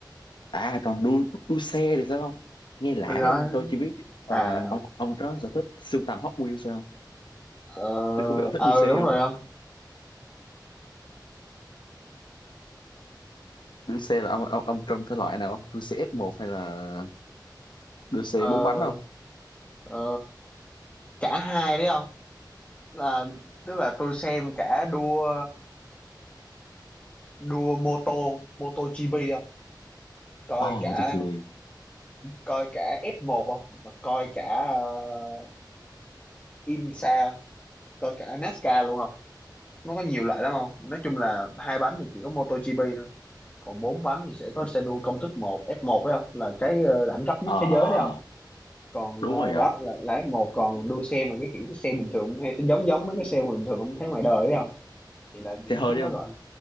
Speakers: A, on the left; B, on the left.
A: à còn đua đua xe thì sao không nghe lạ
B: đi đó
A: đấy ông tôi chỉ biết ờ,
B: à
A: ông ông có sở thích sưu tầm Hot Wheels thôi không
B: ờ
A: tôi không biết ông thích
B: ờ,
A: đua xe
B: đúng
A: không
B: rồi không
A: đua xe là ông ông ông trong thể loại nào không đua xe f một hay là đua xe
B: ờ
A: bốn bánh không
B: Ờ, cả hai đấy không là tức là tôi xem cả đua đua mô tô mô tô GP không coi
A: Ồ,
B: cả
A: mà tôi chưa. đi.
B: coi cả F1 không Và coi cả uh, IMSA không? coi cả NASCAR luôn không nó có nhiều loại lắm không nói chung là hai bánh thì chỉ có mô tô GP thôi còn bốn bánh thì sẽ có xe đua công thức một F1 đấy không là cái ờ, đẳng cấp nhất
A: Ờ,
B: thế giới đấy không còn
A: đúng
B: ờ,
A: rồi không?
B: đó là, là F1 còn đua xe mà cái kiểu cái xe bình thường cũng thấy giống giống mấy cái xe bình thường không thấy ngoài đời đấy thì là những
A: Xe hơi
B: cái thứ
A: đấy
B: đó gọi
A: không?
B: là